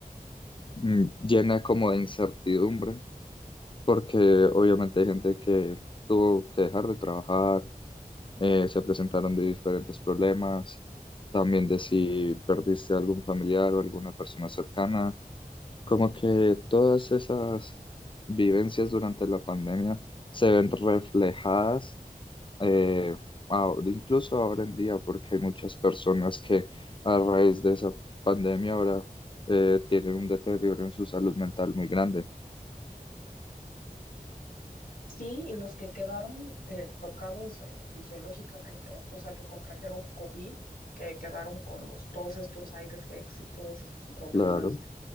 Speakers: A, on the left; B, on the left.
A: mm, llena como de incertidumbre, porque obviamente hay gente que tuvo que dejar de trabajar, eh, se presentaron de diferentes problemas, también de si perdiste algún familiar o alguna persona cercana, como que todas esas vivencias durante la pandemia se ven reflejadas, eh, ah, incluso ahora en día, porque hay muchas personas que a raíz de esa pandemia ahora eh, tienen un deterioro en su salud mental muy grande.
B: Sí, y los que quedaron eh, tocados eh, fisiológicamente, o sea, que contrajeron COVID, que quedaron con los, todos estos side effects y todos estos problemas,
A: Claro,